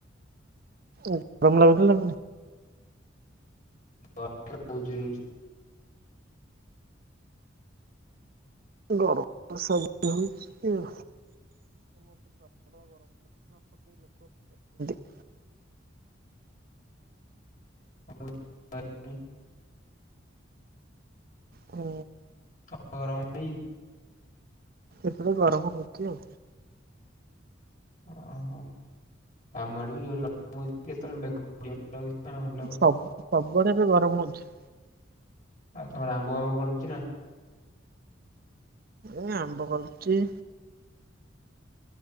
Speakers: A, on the right; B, on the left.
A: ଉଁ ଗରମ ଲାଗୁଚି ନାଁ ଲାଗୁନେଇ?
B: <inaudible>
A: ଗରମ ତ ସବୁଠି ହେଉଛି ଆଉ। <inaudible>
B: <inaudible>
A: ହୁଁ।
B: ହ ଅ ର ବି।
A: ଏପଟେ ଗରମ ହଉଛି ଆଉ।
B: ଓହ। ଆମ ଆଡ଼େ ବି ଜୋରେ ଗରମ ହେଉଚି କେତୋଳେ ମେଘ <inaudible>
A: ସବୁ ସବୁଆଡ଼େ ଏବେ ଗରମ ହେଉଛି।
B: ଆଉ ତମର ଆମ୍ବ ଫାମ୍ବ ଫଳୁଚି ନା?
A: ଏଁ ଆମ୍ବ କରୁଚି।